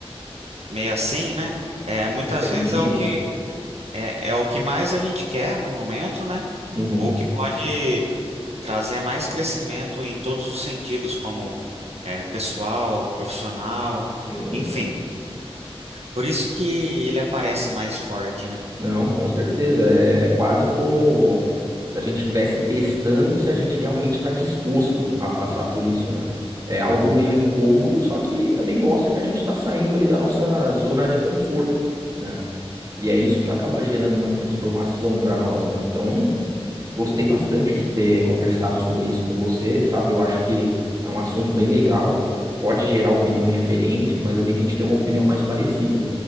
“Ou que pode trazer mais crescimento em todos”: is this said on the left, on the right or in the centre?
Right